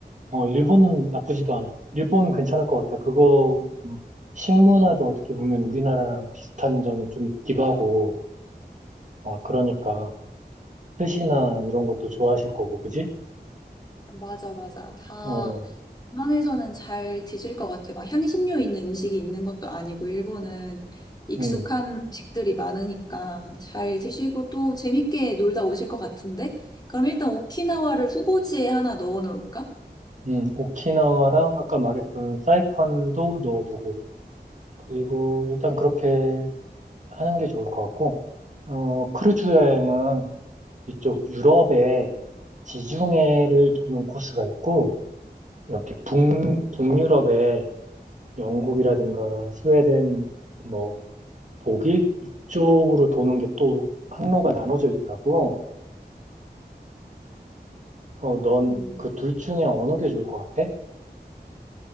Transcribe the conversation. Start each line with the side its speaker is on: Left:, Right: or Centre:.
Right: 어, 일본 나쁘지도 않, 일본 괜찮을 것 같아. 그거, 음, 식문화도 어떻게 보면 우리나라랑 비슷한 점이 좀 있기도 하고, 어, 그러니까, 뜻이나 이런 것도 좋아하실 거고, 그지?
Left: 맞아, 맞아. 다,
Right: 어,
Left: 웬만해서는 잘 드실 것 같아. 막 향신료 있는 음식이 있는 것도 아니고, 일본은 익숙한
Right: 음,
Left: 음식들이 많으니까 잘 드시고 또 재밌게 놀다 오실 것 같은데? 그럼 일단 오키나와를 후보지에 하나 넣어 놓을까?
Right: 음, 오키나와랑 아까 말했던 사이판도 넣어두고, 그리고 일단 그렇게 하는 게 좋을 것 같고, 어, 크루즈 여행은 이쪽 유럽에 지중해를 도는 코스가 있고, 이렇게 북, 북유럽에 영국이라든가 스웨덴, 뭐 독일 이쪽으로 도는 게 또 항로가 나눠져 있더라고. 어,
Left: 음,
Right: 넌 그 둘 중에 어느 게 좋을 것 같아?